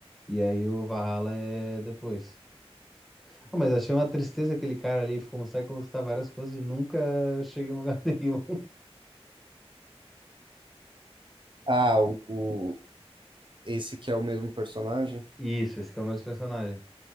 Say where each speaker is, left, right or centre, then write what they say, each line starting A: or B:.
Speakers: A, in the centre; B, on the right.
A: e aí o Valhalla é depois. Ah, mas achei uma tristeza aquele cara ali, consegue conquistar várias coisas e nunca <laughs> chega em lugar <laughs> nenhum.
B: Ah, o, o- esse que é o mesmo personagem?
A: Isso, esse que é o mesmo personagem.